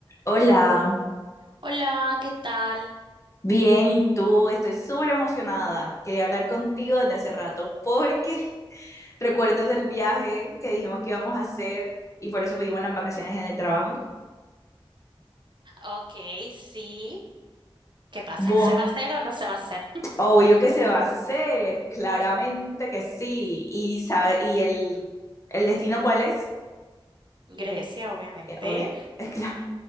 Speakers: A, on the left; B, on the right.
A: Hola,
B: Hola, ¿qué tal?
A: bien, ¿y tú? Estoy súper emocionada. Quería hablar contigo desde hace rato porque <laughs> recuerdas el viaje que dijimos que íbamos a hacer y por eso pedimos las vacaciones en el trabajo.
B: Ok, sí. ¿Qué pasa?
A: Bueno,
B: ¿Se va a hacer o no se va a hacer?
A: obvio que se va a hacer, claramente que sí. ¿Y sabe, y el, el destino cuál es?
B: <laughs> Grecia, obviamente.
A: Eh, Obvio, <laughs>